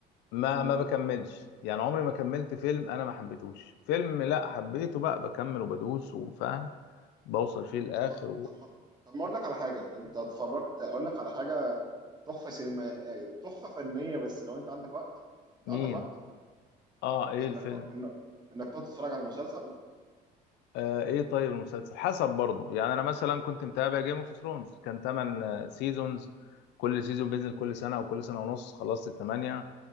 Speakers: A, on the left (about 75°); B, on the right (about 25°).
A: ما
B: مم.
A: ما بكملش يعني عمري ما كملت فيلم انا ما حبيتهوش فيلم لا حبيته بقى بكمل وبدوس وفاهم بوصل فيه للاخر
B: طب ما طب ما طب ما اقول لك على حاجه انت اتفرجت اقول لك على حاجه تحفه سينما آه، تحفه فنيه بس لو انت عندك وقت انت
A: ومين
B: عندك وقت
A: اه ايه
B: انك
A: الفيلم
B: ت... انك انك تقعد تتفرج على مسلسل
A: آه ايه طيب المسلسل حسب برضه يعني انا مثلا كنت متابع جيم اوف ثرونز كان 8 سيزونز كل سيزون بينزل كل سنه او كل سنه ونص خلصت الثمانيه